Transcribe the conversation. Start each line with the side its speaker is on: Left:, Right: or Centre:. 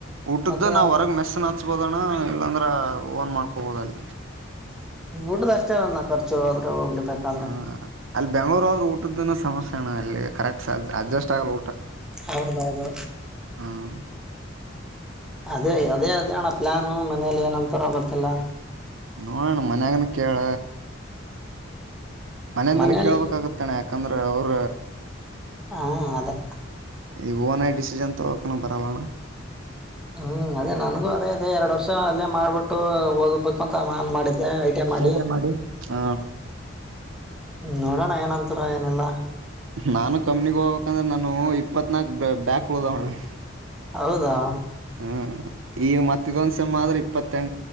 Right: ಊಟದ್ದು
Centre: ಮತ್ತೆ
Right: ನಾವವು ಹೊರಗ್ ಮೆಸ್ಸನ್ ಹಚ್ಬೋದಣ ಇಲ್ಲಾಂದ್ರ ಓನ್ ಮಾಡ್ಕೊಬೋದ ಅಲ್ಲಿ
Centre: ಊಡ್ಡ್ದ್ ಅಷ್ಟೇ ಅಣ ಖರ್ಚು ಹೋದ್ರೆ ಹೋಗ್ಲಿ ಬೇಕಂದ್ರೆ
Right: ಹ ಅಲ್ಲಿ ಬೆಂಗಳೂರ ಊಟದನ ಸಮಸ್ಯೆ ಅಣ ಅಲ್ಲಿ ಕರೆಕ್ಟ್ ಅಜಸ್ಟ್ ತ್ತೋಟ
Centre: ಹೌದೌದು
Right: ಹ್ಮ
Centre: ಅದೇ ಅದೇ ಅದೇ ಅಣ್ಣ ಪ್ಲಾನು ಮನೇಲಿ ಏನಂತಾರ ಗೊತ್ತಿಲ್ಲ
Right: ನೋಣ ಮನ್ಯಾಗನ್ ಕೇಳ ಮನೆಯಂದನ
Centre: ಮನೇಲಿ
Right: ಕೇಳ್ಬೇಕಾಗತ್ತೇನೆ ಯಾಕಂದ್ರೆ ಅವ್ರ
Centre: ಹಾ ಅದೇ
Right: ಈ ಓನ್ ಐ ಡಿಸಿಜನ್ ತ ಒಕನ ಬರಾಲಣ
Centre: ಹ್ಮ್ ಅದೇ ನನ್ಗೂ ಅದೇ ಅದೇ ಎರಡ್ ವರ್ಷ ಅಲ್ಲೇ ಮಾಡ್ಬಿಟ್ಟು ಓದ್ಬೇಕುಂತ ಆನ್ ಮಾಡಿದ್ದೆ ಐಟಿ ಮಾಡಿ
Right: ಐ ಟಿ ಐ ಹ
Centre: ನೋಡೋಣ ಏನಂತಾರ ಏನೆಲ್ಲಾ
Right: ನಾನು ಕಮ್ಮನಿ ಹೋಗ್ಬೇಕಂದ್ರೆ ನಾನು ಇಪ್ಪತ್ನಾಕಕ್ ಬ್ಯಾಗದ ಮೇಡಮ್
Centre: ಹೌದಾ
Right: ಹ್ಮ್ ಈ ಮತ್ತ ದಿವಸ ಮಾತ್ರರಿ ಇಪ್ಪತ್ತಂ